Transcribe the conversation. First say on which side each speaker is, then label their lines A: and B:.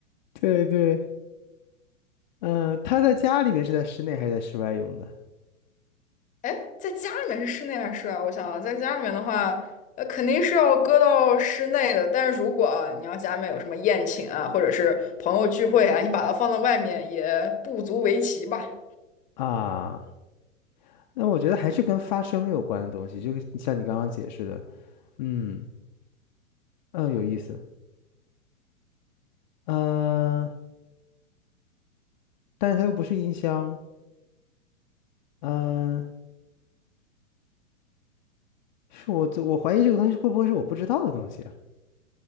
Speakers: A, on the left (about 35°); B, on the left (about 20°).
A: 对对，嗯，他在家里面是在室内还是在室外用的
B: 哎，在家里面是室内还是室外？我想想在家里面的话，呃，肯定是要搁到室内的。但是如果啊你要家里面有什么宴请啊，或者是朋友聚会啊，你把它放到外面也不足为奇吧。
A: 啊？那我觉得还是跟发声有关的东西，就是像你刚刚解释的，嗯嗯，有意思。嗯，但是它又不是音箱，嗯，是我我怀疑这个东西会不会是我不知道的东西啊？